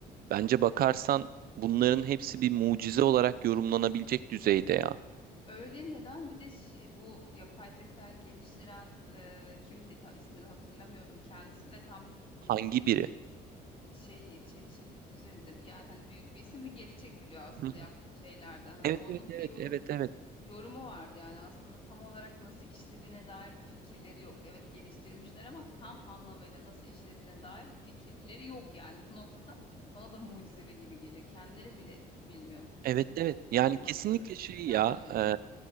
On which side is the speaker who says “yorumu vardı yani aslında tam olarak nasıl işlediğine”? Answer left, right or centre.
Left